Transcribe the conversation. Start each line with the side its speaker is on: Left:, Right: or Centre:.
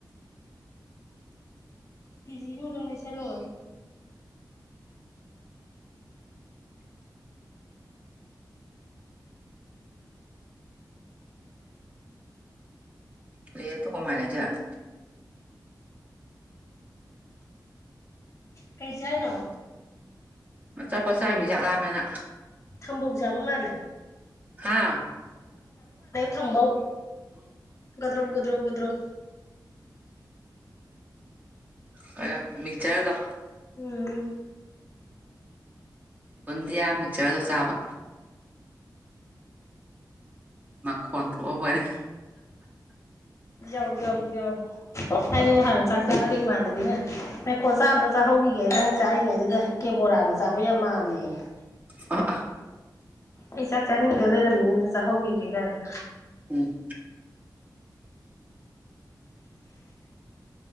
Left: ꯄꯤꯖꯤ ꯃꯑꯣꯢꯅ ꯂꯩꯁꯤꯜꯂꯣ
Right: ꯂꯩꯌꯦ ꯑꯇꯣꯞꯄ ꯃꯥꯏ ꯂꯩꯖꯔꯅꯤ
Left: ꯀꯔꯤ ꯆꯥꯠꯅꯣ
Right: ꯑꯆꯥꯄꯣꯠ ꯆꯥꯢꯃꯤ ꯆꯥꯛꯂꯥꯃꯦꯅ
Left: ꯊꯝꯕꯧ ꯆꯥꯕ ꯃꯥꯂꯦ
Right: ꯍꯥꯥ
Left: ꯊꯝꯕꯧ ꯒꯗ꯭ꯔꯣꯡ ꯒꯗ꯭ꯔꯣ ꯒꯗ꯭ꯔꯣꯡ
Right: ꯀꯩꯅꯣ ꯃꯤꯛꯆꯔꯗꯣ
Left: ꯎꯝ
Right: ꯕꯨꯟꯗꯤꯌꯥ ꯃꯤꯛꯆꯔꯗꯣ ꯆꯥꯕ ꯈꯣꯟꯊꯣꯛꯑꯕꯣꯢꯔꯦ
Left: ꯌꯧ ꯌꯧ ꯌꯧ ꯊꯥꯏꯅ ꯅꯍꯥꯟ ꯆꯥꯛ ꯆꯥꯔꯒ ꯏꯃꯥꯟꯅꯕꯤꯅ ꯑꯩꯈꯣ ꯆꯥ ꯑꯝꯇ ꯆꯥꯍꯧꯕ ꯆꯪꯈꯤꯒꯦ ꯅꯪ ꯆꯥꯔꯤꯉꯩꯗꯨꯗ ꯀꯦꯕꯣꯔꯥꯅ ꯆꯥꯕ ꯌꯥꯝ ꯃꯥꯜꯂꯦꯌꯦ
Right: ꯎꯝ
Left: ꯑꯩ ꯆꯥꯛ ꯆꯥꯅꯤꯡꯗ ꯂꯩꯔꯝꯃꯤꯅꯦ ꯑꯝꯇ ꯆꯥꯍꯧꯈꯤꯒꯦ ꯀꯥꯏꯅ
Right: ꯎꯝ